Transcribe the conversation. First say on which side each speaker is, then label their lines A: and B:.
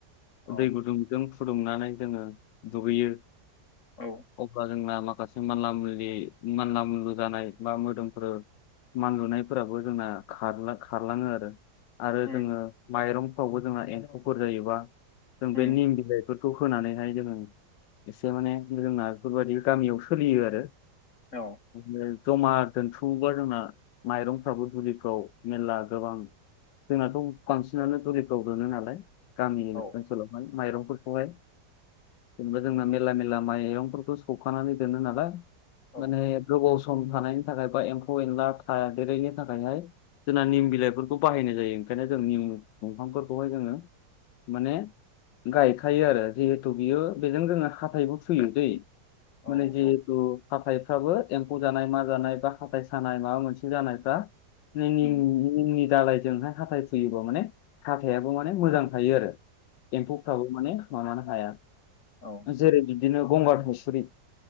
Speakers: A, on the left (about 45°); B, on the left (about 85°).
A: औ
B: दै गुदुंजों फुदुंनानै जोङो दुगैयो
A: औ
B: अब्ला जोंना माखासे मानला मुनलि मानला मुनलु जानाय बा मोदोमफ्रो मानलुनायफोराबो जोंना खारला खारलाङो आरो। आरो
A: उम
B: जोङो माइरंफ्रावबो जोंना एम्फौफोर जायोबा जों
A: उम
B: बे निम बिलायफोर खौ होनानैहाय जोङो एसे माने जोंना बेफोरबायदि गामियाव सोलियो आरो।
A: औ
B: <unintelligible> जमा दोनथुमोबा जोंना माइरंफ्राबो दुलिफ्राव मेरला गोबां जोंनाथ' बांसिनानो दुलिफ्राव बोनो नालाय। गामि
A: औ
B: ओनसोलावहाय माइरंफोरखौहाय जेनेबा
A: औ
B: जोंना मेर्ला मेर्ला माइरंफोर खौ सौवखानानै दोनो नालाय
A: औ
B: माने गोबाव स म थानायनि थाखाय बा एम्फौ एनला थादेरैनि थाखायहाय जोंना निम बिलाइफोरखौ बाहायनाय जायो, ओंखायनो जों निम दंफांफोरखौहाय जोङो माने गायखायो आरो जिहेथु बियो बेजों जोङो हाथायबो फुयोदैै। माने
A: औ
B: जिहेतु हाथायफ्राबो एम्फौ जानाय मा जानाय बा हाथाय सानाय माबा मोनसे जानायफ्रा <unintelligible> निमनि
A: उम
B: दालायजोंहाय हाथाय फुयोबा माने हाथायाबो माने मोजां थायो आरो। एम्फौफ्राबो माने माबानो हाया।
A: औ
B: जेरै बिदिनो गंगार थायसुरि,